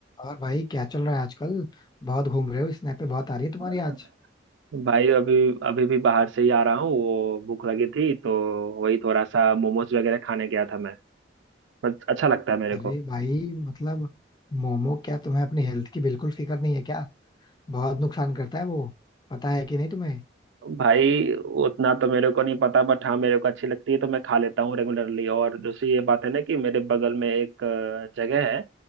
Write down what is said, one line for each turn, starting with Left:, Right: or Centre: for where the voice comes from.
Left: और भाई क्या चल रहा है आजकल बहुत घूम रहे हो स्नैप पे बहुत आ रही है तुम्हारी
Right: भाई
Left: आज
Right: अभी अभी भी बाहर से ही आ रहा हूँ वो भूख लगी थी तो वही थोड़ा सा मोमोज वगैरह खाने गया था मैं पर अच्छा लगता है मेरे
Left: अरे
Right: को
Left: भाई मतलब मोमो क्या तुम्हें अपनी हेल्थ की बिल्कुल फिक्र नहीं है क्या बहुत नुकसान करता है वो पता है कि नहीं तुम्हें
Right: भाई उतना तो मेरे को नहीं पता बट हाँ मेरे को अच्छी लगती है तो मैं खा लेता हूँ रेगुलरली और दूसरी ये बात है ना कि मेरे बगल में एक अ, जगह है